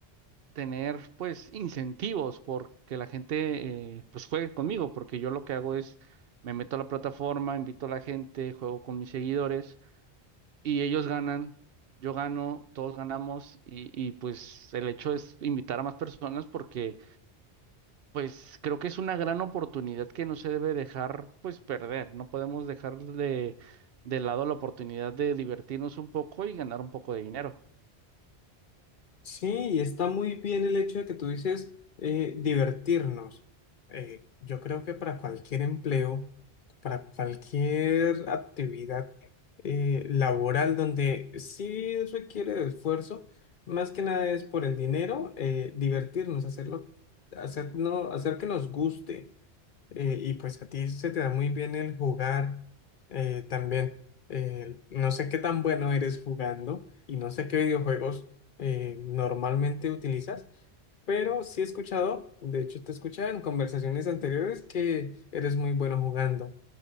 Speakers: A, on the right (about 65°); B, on the left (about 55°).
A: tener pues incentivos porque la gente eh, pues juegue conmigo, porque yo lo que hago es me meto a la plataforma, invito a la gente, juego con mis seguidores y ellos ganan, yo gano, todos ganamos y, y pues el hecho es invitar a más personas porque pues creo que es una gran oportunidad que no se debe dejar pues perder, no podemos dejar de, de lado la oportunidad de divertirnos un poco y ganar un poco de dinero.
B: Sí, y está muy bien el hecho de que tú dices eh, divertirnos. Eh, yo creo que para cualquier empleo, para cualquier actividad eh, laboral donde sí requiere de esfuerzo, más que nada es por el dinero, eh, divertirnos, hacerlo, hacer, no- hacer que nos guste eh, y pues a ti se te da muy bien el jugar eh, también. Eh, no sé qué tan bueno eres jugando y no sé qué videojuegos eh, normalmente utilizas, pero sí he escuchado, de hecho te escuchaba en conversaciones anteriores que eres muy bueno jugando.